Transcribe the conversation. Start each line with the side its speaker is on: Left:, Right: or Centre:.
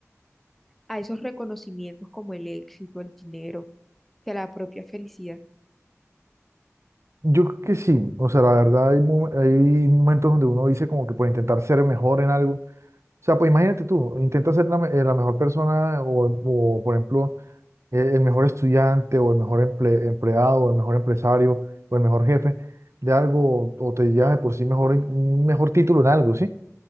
Centre: a esos reconocimientos como el éxito, el dinero, que a la propia felicidad?
Right: Yo creo que sí, o sea, la verdad hay, mo- hay momentos donde uno dice como que por intentar ser mejor en algo, o sea, pues imagínate tú, intenta ser la, me- eh, la mejor persona o, o, por ejemplo eh, el mejor estudiante o el mejor emple- empleado o el mejor empresario o el mejor jefe de algo o te llevas de por sí mejor, en- un mejor título en algo, ¿sí?